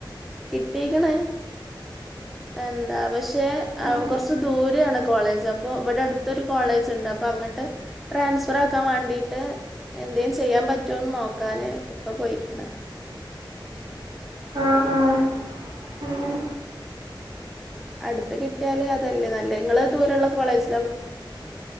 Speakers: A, in the centre; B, on the right (about 70°).
A: കിട്ടീക്കണ് എന്താ പ ക്ഷെ
B: ഉം
A: കുറച്ച് ദൂരെയാണ് കോളേജ പ്പൊ ഇവിടെ അടുത്തൊരു കോളേജിണ്ട് അപ്പൊ അങ്ങട്ട് ട്രാൻസ്ഫർ ആക്കാൻ വേണ്ടിയിട്ട് എന്തേലും ചെയ്യാൻ പറ്റുമോന്ന് നോക്കാന് ഇപ്പ പോയീക്കണ്
B: ആഹ് ആഹ് ഉം
A: അടുത്ത് കിട്ടിയാല് അതല്ലെ നല്ലത് ഇങ്ങള് ദൂരയുള്ള കോളേജ്